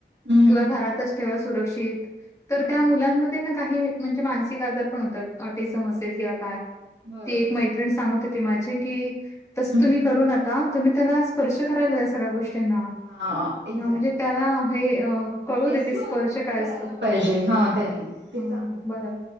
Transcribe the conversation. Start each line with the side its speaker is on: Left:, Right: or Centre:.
Right: हम्म
Left: किंवा घरातच ठेवा सुरक्षित तर
Right: हा
Left: त्या मुलांमध्ये ना काही म्हणजे मानसिक आजार पण होतात ऑटिझम असेल किंवा काय
Right: बरोबर.
Left: ती एक मैत्रिण सांगत माझे की तस
Right: हं,
Left: तुम्ही करू नका तुम्ही त्याला स्पर्श करायला या सगळ्या गोष्टीना.
Right: हां
Left: म्हणजे
Right: एक्झॅक्टली.
Left: त्यांला हे अ कळू
Right: एक्सप्लोर
Left: देते स्पर्श काय
Right: करायला
Left: असतो
Right: पाहिजे हा त्यांनी ते
Left: हा
Right: चांगल आहे
Left: बरं